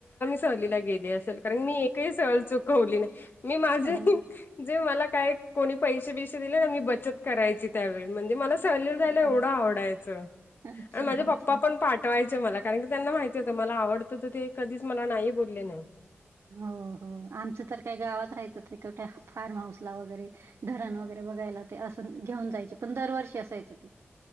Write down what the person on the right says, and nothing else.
हो
ना.
अच्छा,
अच्छा.
हो हो, आमचं तर काय गावात राहायचं कुठ फार्म हाऊसला वगैरे. धरण वगैरे बघायला ते असं घेऊन जायचे, पण दरवर्षी असायचं ते.